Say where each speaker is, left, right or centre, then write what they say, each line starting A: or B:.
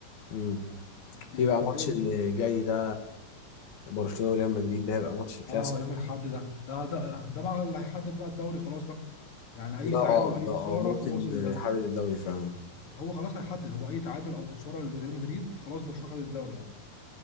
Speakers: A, on the left; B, on the left.
A: مم.
B: ليه-
A: في بقى
B: طب
A: ماتش
B: ايه
A: اللي جاي ده برشلونة وريال مدريد ده هيبقى ماتش كلاسيكو
B: اه يوم الاحد ده ده ده ده بقى اللي هيحدد بقى الدوري خلاص بقى يعني اي
A: ده
B: تعادل
A: اه
B: اي
A: ده اه
B: خساره
A: ممكن
B: خلاص ال...
A: يحرر الدوري فعلا
B: هو خلاص هيحدد هو اي تعادل او خساره لريال مدريد خلاص برشلونه خد الدوري يعني